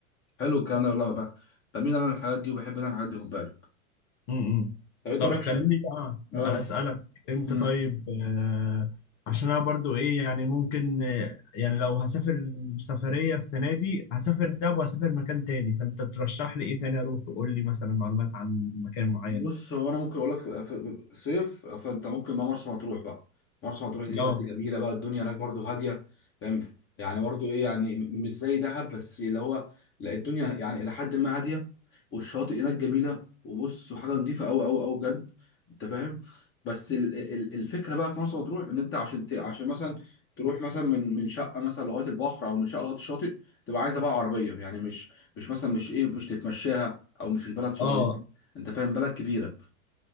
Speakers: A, on the left; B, on the left.
A: حلو الكلام ده والله بقى بميل انا الحاجات دي وبحب انا الحاجات دي خد بالك
B: امم
A: طب انت
B: طب
A: مالكش
B: خليني بقى
A: اه
B: اسالك انت
A: امم
B: طيب آه، عشان انا برضو ايه يعني ممكن آه، يعني لو هسافر سفريه السنه دي هسافر ده وهسافر مكان تاني فانت ترشح لي ايه تاني اروح وقول لي مثلا معلومات عن مكان معين
A: بص هو انا ممكن اقول لك في في- صيف فانت ممكن بقى مرسى مطروح بقى مرسى مطروح دي بجد
B: اه
A: جميله بقى الدنيا هناك برضو هاديه فاهم يعني برضو ايه يعني م- مش زي دهب بس اللي هو لا الدنيا يعني الى حد ما هاديه والشاطئ هناك جميله وبص وحاجه نظيفه قوي قوي قوي بجد انت فاهم بس ال- ال- الفكره بقى في مرسى مطروح ان انت عشان ت- عشان مثلا تروح مثلا من من شقه مثلا لغايه البحر او من شقه لغايه الشاطئ تبقى عايزه بقى عربيه يعني مش مش مثلا مش ايه مش تتمشاها او مش البلد صغيره
B: اه
A: انت فاهم بلد كبيره